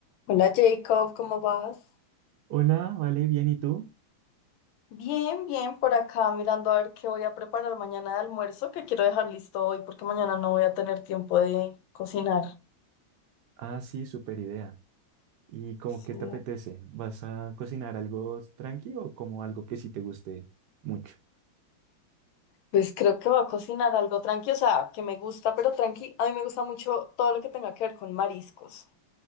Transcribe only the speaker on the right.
Hola, vale, bien, ¿y tú?
Ah, sí, súper idea. ¿Y cómo
qué te apetece? ¿Vas a cocinar algo tranqui o como algo que sí te guste mucho?